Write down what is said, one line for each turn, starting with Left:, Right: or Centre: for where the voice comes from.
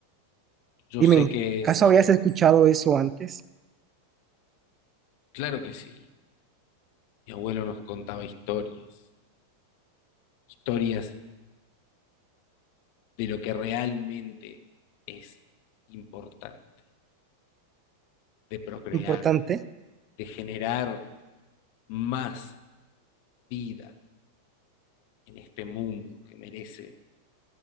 Left: Yo
Right: Dime,
Left: sé que es
Right: ¿acaso
Left: mi
Right: habías
Left: todo.
Right: escuchado eso antes?
Left: Claro que sí. Mi abuelo nos contaba historias, historias de lo que realmente es importante, de procrear,
Right: Importante,
Left: de generar más vida en este mundo que merece